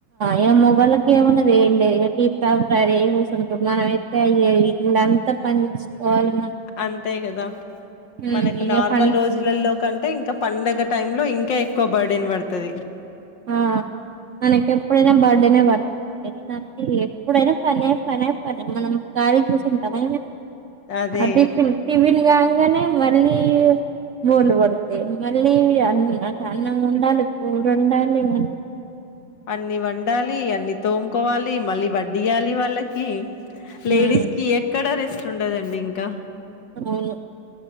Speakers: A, on the right (about 60°); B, on the left (about 70°).
A: ఇక మొగోళ్ళకి ఏం ఉన్నది ఏడి ఇక టీప్ టాప్ కూసుకుంటారు మనం ఎయితే అయ వీ ఎంత పని చేసుుకోవాలి
B: అంతే కదా
A: ఉమ్
B: మనకు
A: ఇగ
B: నార్మల్
A: పన్
B: రోజులలో కంటే ఇంకా పండగ టైమ్ లో ఇంకా ఎక్కువ బర్డన్ పడుతది
A: ఆ మనకి ఎప్పుడైనా బర్త్డేనే పడుతుంది ఎంటంటే ఎప్పుడైనా పనే పనే పనే మనం ఖాళీ కూసుంటామా ఏమైనా
B: అదే
A: అది పిల్లితివిని గాదు అనే మళ్ళీ బూలు పడతాయి మళ్ళీ అన్ని అన్నం ఉండాలి పూవులు ఉండాలి లేమండి
B: అన్ని వండాలి అన్ని తోముకోవాలి మళ్ళీ వడ్డీయ్యాలి వాళ్ళకి లేడీస్
A: ఉమ్
B: కి ఎక్కడ రెస్ట్ ఉండదండి ఇంకా
A: అవును